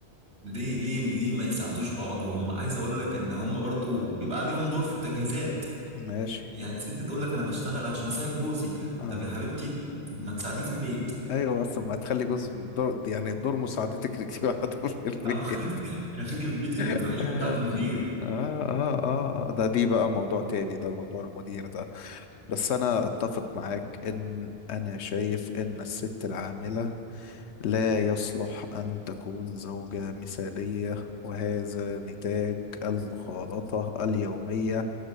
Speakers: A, on the right (about 85°); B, on the left (about 85°).
A: ليه ليه ليه ما يساعدوش بعض وهم عايز اقول لك ان هم برضو بيبقى عليهم دور في التجهيزات
B: ماشي
A: يعني ست تقول لك انا بشتغل عشان اساعد جوزي
B: اه
A: طب يا حبيبتي ما تساعديه في البيت
B: ايوه بس ما تخلي جزء دور يعني دور مساعدتك يبقى <laughs> عندهم في البيت
A: <laughs> خليكي في بيتك ما تروحيش
B: <laughs>
A: تساعد المدير
B: آه آه آه آه. ده دي بقى موضوع تاني ده موضوع المدير ده بس أنا أتفق معاك إن أنا شايف إن الست العاملة لا يصلح أن تكون زوجة مثالية وهذا نتاج المخالطة اليومية